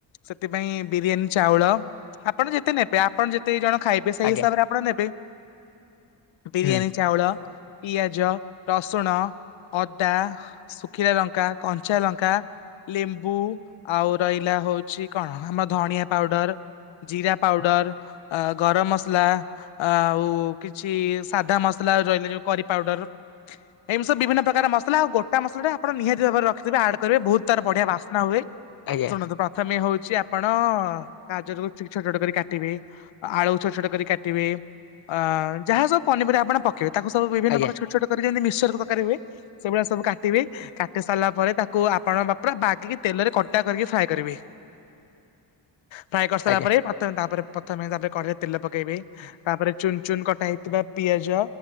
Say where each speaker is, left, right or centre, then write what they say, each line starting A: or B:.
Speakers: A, on the left; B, on the left.
A: ସେଥିପାଇଁ ବିରିୟାନୀ ଚାଉଳ ଆପଣ ଯେତେ ନେବେ। ଆପଣ ଯେତେ ଜଣ ଖାଇବେ ସେଇ
B: ଆଜ୍ଞା
A: ହିସାବରେ ଆପଣ ନେବେ ବିରିୟାନୀ
B: ହୁଁ
A: ଚାଉଳ ପିଆଜ ରସୁଣ ଅଦା ଶୁଖିଲା ଲଙ୍କା କଞ୍ଚା ଲଙ୍କା ଲେମ୍ବୁ ଆଉ ରହିଲା ହଉଛି। କଣ ଆମର ଧଣିଆ ପାଉଡର ଜିରା ପାଉଡର ଗରମ ମସଲା ଆଉ କିଛି ସାଧା ମସଲା ରହିଲା ଯୋଉ କରି ପାଉଡର। ଏମିତି ସବୁ ବିଭିନ୍ନ ପ୍ରକାର ମସଲା ଆଉ ଗୋ ଟା ମସଲା ଆପଣ ନିହାତି ଭାବରେ ରଖିଥିବେ ଆଡ କରିବେ ବହୁତ ତାର ବଢିଆ ବାସ୍ନା ହୁଏ
B: ଆଜ୍ଞା।
A: ଶୁଣନ୍ତୁ ପ୍ରଥମେ ହଉଛି ଆପଣ ଗାଜରକୁ ଟିକ ଛୋଟ ଛୋଟ କରି କାଟିବେ ଆଳୁ ଛୋଟ ଛୋଟ କରି କାଟିବେ ଅ ଯାହା ସବୁ ପନିପରିବା ଆପଣ ପ କେବେ ତାକୁ ସବୁ ବିଭିନ୍ନକାର
B: ଆଜ୍ଞା
A: ଛୋଟ ଛୋଟ କରିଦିଅନ୍ତି ଯେମିତି ମିକସର ତରକାରି ହୁଏ। ସେଇଭଳିଆ ସବୁ କା କାଟିବି କାଟି ସାରିଲା ପରେ ତାକୁ ଆପଣଙ୍କ ପୁରା ବାଗିକି ତେଲରେ କଡା କରିକି ଫ୍ରାଏ କରିବି। ଫ୍ରାଏ କରିସାରିଲା
B: ଆଜ୍ଞା
A: ପରେ ପାତ ତାପରେ ପ୍ରଥମେ ତାପରେ କ ତେଲ ପକେଇବେ ତାପରେ ଚୁନ ଚୁନ କଟା ହେଇଥିବା ପିଆଜ